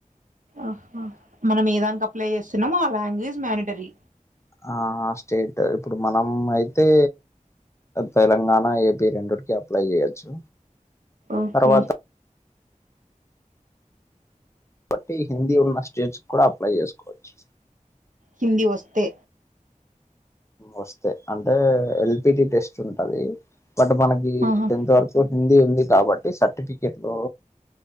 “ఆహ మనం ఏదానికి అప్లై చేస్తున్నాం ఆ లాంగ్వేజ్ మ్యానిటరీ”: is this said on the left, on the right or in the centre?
Right